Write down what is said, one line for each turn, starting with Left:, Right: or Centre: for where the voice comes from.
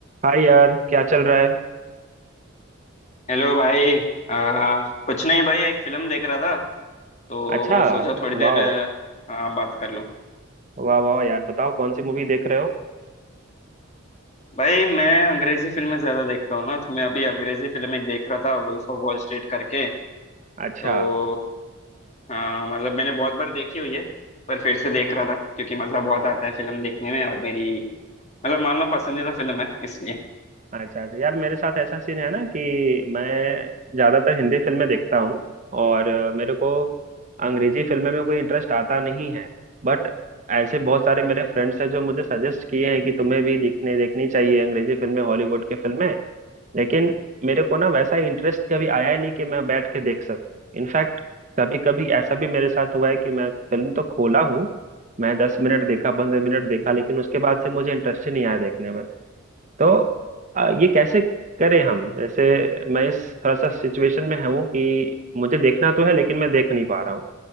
Right: हाय यार क्या चल रहा है
Left: Hello भाई आ, कुछ नहीं भाई एक फिल्म देख रहा था तो
Right: अच्छा
Left: सोचा थोड़ी देर
Right: वाह
Left: आ, बात कर लूं
Right: वाह वाह यार बताओ कौन सी मूवी देख रहे हो
Left: भाई मैं अंग्रेजी फिल्में ज्यादा देखता हूँ ना तो मैं अभी अंग्रेजी फिल्म एक देख रहा था वुल्फ ऑफ वॉल स्ट्रीट करके
Right: अच्छा
Left: तो आ, मतलब मैंने बहुत बार देखी हुई है पर फिर से देख रहा था क्योंकि मजा बहुत आता है फिल्म देखने में और मेरी मतलब मान लो पसंदीदा फिल्म है इसलिए
Right: अच्छा अच्छा यार मेरे साथ ऐसा सीन है ना कि मैं ज्यादातर हिंदी फिल्में देखता हूँ और अ, मेरे को अंग्रेजी फिल्में में कोई इंटरेस्ट आता नहीं है बट ऐसे बहुत सारे मेरे फ्रेंड्स हैं जो मुझे सजेस्ट किए हैं कि तुम्हें भी देखने देखनी चाहिए अंग्रेजी फिल्में हॉलीवुड के फिल्में लेकिन मेरे को ना वैसा इंटरेस्ट कभी आया ही नहीं कि मैं बैठ के देख सकूं इनफैक्ट कभी कभी ऐसा भी मेरे साथ हुआ है कि मैं फिल्म तो खोला हूँ मैं दस मिनट देखा पंद्रह मिनट देखा लेकिन उसके बाद से मुझे इंटरेस्ट ही नहीं आया देखने में तो अ, ये कैसे करें हम जैसे मैं इस थोड़ा सा सिचुएशन में हूँ कि मुझे देखना तो है लेकिन मैं देख नहीं पा रहा हूँ